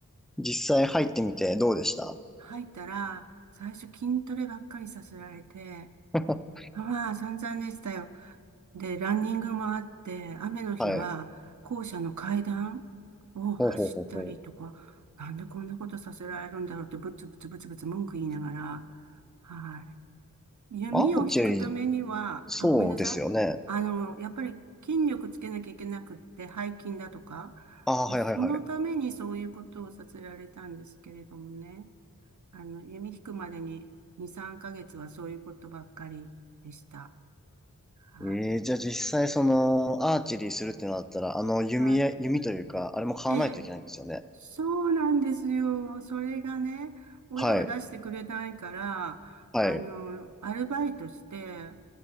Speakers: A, in the centre; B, on the right (about 55°).
A: 実際入ってみてどうでした
B: 入ったら、最初筋トレばっかりさせられて、
A: <laughs>
B: まあ散々でしたよ。で、ランニングもあって、雨の日は校舎の階段を走ったりとか、
A: はい。ほうほうほうほう。
B: なんでこんなことさせられるんだろうってブツブツブツブツ文句言いながら、はい。弓を引くためには、
A: アーチェリー、そうですよね。
B: あ、ごめんなさい。あの、やっぱり筋力つけなきゃいけなくって、背筋だとか、
A: ああ、
B: で、
A: はいはいはい。
B: そのためにそういうことをさせられたんですけれどもね。あの、弓引くまでに2、3ヶ月はそういうことばっかりでした。はい。
A: えーじゃあ実際その、アーチェリーするってなったら、あの、弓や、
B: はい。
A: 弓というか、あれも買わないといけないんですよね。
B: ええ、そうなんですよ。それがね、親は出してくれないから、
A: はい、はい。
B: あの、アルバイトして、